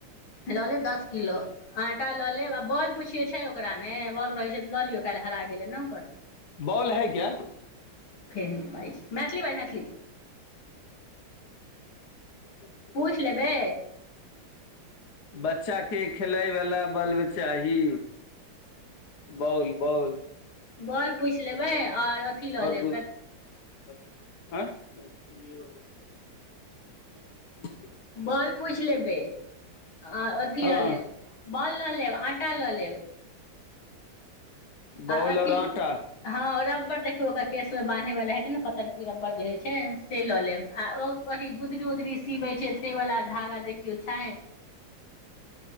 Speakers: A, on the left (about 75°); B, on the left (about 55°).
A: लऽ लेब दस किलो आटा लऽ लेब आ बॉल पु छियो छै ओकरा मे बाल रहै छै तऽ लऽ लियौ काइल हरा गेलै नऽ ओकर
B: <unintelligible>
A: फेर हिन्दी बाजै छै मैथिली बाज मैथिली
B: <inaudible>
A: पूइछ लेबै
B: बच्चा केँ खेलाय बला बल्ब चाही बॉल - बॉल
A: बॉल लेबै आओर अथी लऽ
B: आओर
A: लेब
B: <unintelligible> <unintelligible>
A: बॉल पुइछ लेबै आ आथी
B: हँ
A: लऽ लेब बॉल लऽ लेब आटा लऽ लेब आ
B: बॉल
A: अथी
B: आओर आटा
A: हँ रब्बर देखियौ ओकर केशमे बान्है वला हेतै नऽ पतरकी रब्बर जे होइ छै से लऽ लेब आ ओ अथी गुदरी उदरी सिबे छै से बला धागा देखियौ छै